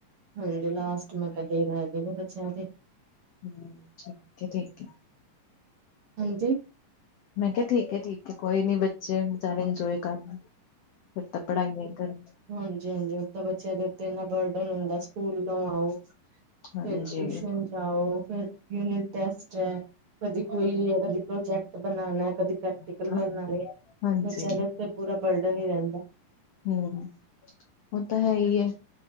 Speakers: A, on the right; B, on the left.
A: ਹਾਂਜੀ ਲਾਸਟ ਮੈਂ ਕਢੇ ਰੇਗੈ ਨੇ ਬੱਚਿਆਂ ਦੇ।
B: ਹਮ ਠੀਕ ਐ, ਠੀਕ ਐ।
A: ਹਾਂਜੀ?
B: ਮੈਂ ਕਿਆ ਠੀਕ ਏ, ਠੀਕ ਏ ਕੋਈ ਨੀ ਬੱਚੇ ਵਿਚਾਰੇ ਇੰਜੋਏ ਕਰਨ ਲ ਫਿਰ ਤਾਂ ਪੜ੍ਹਾਈਆਂ ਕਰਨ
A: ਹਾਂਜੀ-ਹਾਂਜੀ ਓਦਾਂ ਬੱਚਿਆਂ ਦੇ ਉੱਤੇ ਇੰਨਾ ਬਰਡਨ ਹੁੰਦਾ ਸਕੂਲ ਨੂੰ ਆਓ।
B: ਹਾਂਜੀ
A: ਫਿਰ ਟਿਊਸ਼ਨ ਜਾਓ ਫਿਰ, ਯੂਨਿਟ ਟੈਸਟ 'ਚ ਕਦੀ ਕੋਈ ਏ ਕਦੀ ਪ੍ਰੋਜੈਕਟ ਬਨਾਨਾ। ਕਦੀ ਪ੍ਰੈਕਟੀਕਲ
B: ਹਾਂ,
A: ਬਣਨਾ ਏ
B: ਹਾਂਜੀ
A: ਵਿਚਾਰੇ ਤੇ ਪੂਰਾ ਬਰਡਨ ਹੀ ਰਹਿੰਦਾ।
B: ਹਮ। ਓ ਤਾਂ ਹੈ ਈ ਐ,